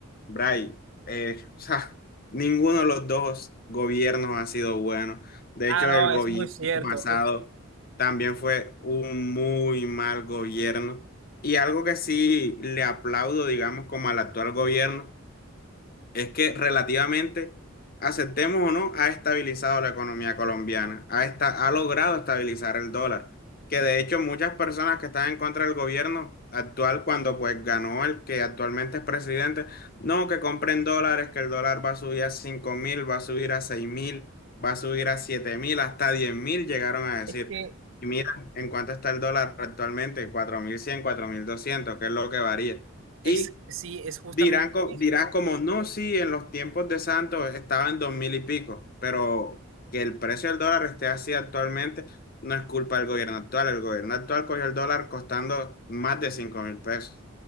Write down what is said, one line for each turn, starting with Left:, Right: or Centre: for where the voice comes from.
Left: Bray, eh, <laughs> o sea, ninguno de los dos gobiernos ha sido bueno. De
Right: Ah,
Left: hecho,
Right: no,
Left: el gobierno
Right: es muy cierto.
Left: pasado
Right: Es,
Left: también fue un muy mal gobierno. Y algo que sí le aplaudo, digamos, como al actual gobierno, es que relativamente, aceptemos o no, ha estabilizado la economía colombiana, ha, esta- ha logrado estabilizar el dólar, que de hecho muchas personas que están en contra del gobierno actual, cuando pues ganó el que actualmente es presidente, no, que compren dólares, que el dólar va a subir a cinco mil, va a subir a seis mil, va a subir a siete mil, hasta diez mil llegaron a decir.
Right: es que
Left: Y mira, en cuánto está el dólar actualmente, cuatro cuatro mil cien cuatro mil doscientos que es lo que varía. Y
Right: es, sí, es justamente
Left: Dirán, co-
Right: eso.
Left: dirás como, no, sí, en los tiempos de Santos estaba en dos mil y pico, pero que el precio del dólar esté así actualmente no es culpa del gobierno actual. El gobierno actual cogió el dólar costando más de cinco mil pesos.